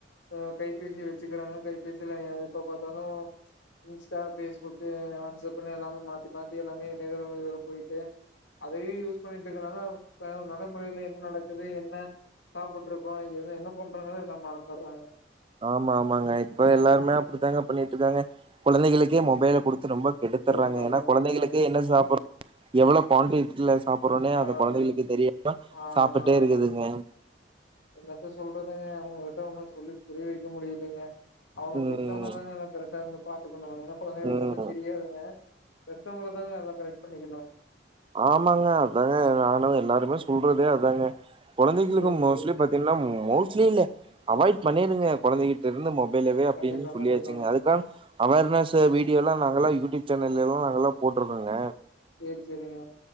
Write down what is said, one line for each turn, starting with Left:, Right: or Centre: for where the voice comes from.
Left: அ கைபேசி வெச்சுக்கிறாங்க கைபேசிலா எப்ப பாத்தாலு இன்ஸ்டா பேஸ்புக் வாட்ஸ்அப்ன்னு எல்லாமே மாத்தி மாத்தி எல்லாமே இணையதள வழில போயிட்டு அதையே யூஸ் பண்ணிட்டு இருக்கரனால இப்ப நடைமுறையில என்ன நடக்குது என்ன சாப்டுட்டு இருக்கோ இங்க என்ன பண்றோங்கிறதே எல்லா மறந்துறாங்க
Right: ஆமா ஆமாங்க இப்ப எல்லாருமே அப்படித்தாங்க பண்ணிட்டு இருக்காங்க கொழந்தைகளுக்கே மொபைலா குடுத்து ரொம்ப கெடுத்துறாங்க
Left: உண்மதாங்க
Right: ஏன்னா கொழந்தைகளுக்கு
Left: உண்மதா
Right: என்ன சாப்ப
Left: ஆ
Right: எவ்ளோ குவான்டிட்டில சாப்பறோனே
Left: அதா
Right: அத கொழந்தைகளுக்கு
Left: அதா
Right: தெரியாம
Left: ஆமாங்க
Right: சாப்டுடே இருக்குதுங்க
Left: ஆமாங்க என்னத்த சொல்றதுங்க அவங்ககிட்ட ஒன்னு சொல்லி புரிய வெக்க முடியலைங்க அவங்க பெ
Right: ம்
Left: பெத்தவங்கதாங்க எல்லா கரெக்டா இருந்து பாத்துக்கணு ஏன்னா கொழந்தைகளுக்கு
Right: ம்
Left: ஒன்னு தெரியாதுங்க பெத்தவுங்களதாங்க நல்லா கரெக்ட் பண்ணிக்கணு
Right: ஆமாங்க அதாங்க நானு எல்லாருமே சொல்றதே அதாங்க கொழந்தைகளுக்கு
Left: சேரி
Right: மோஸ்ட்லி
Left: சேரிங்க
Right: பாத் தின்னா மோஸ்ட்லி இல்ல அவாய்ட் பண்ணிருங்க கொழந்தைகிட்ட இருந்து மொபைலவே அப்டின்
Left: கண்டிப்பா
Right: சொல்லியாச்சுங்க
Left: கண்டிப்பாங்க
Right: அது க அவர்னஸ் வீடியோலா நாங்களா யூட்டியூப் சேனல்லலா நாங்களா போட்ருந்தோங்க
Left: சேர் செரிங்க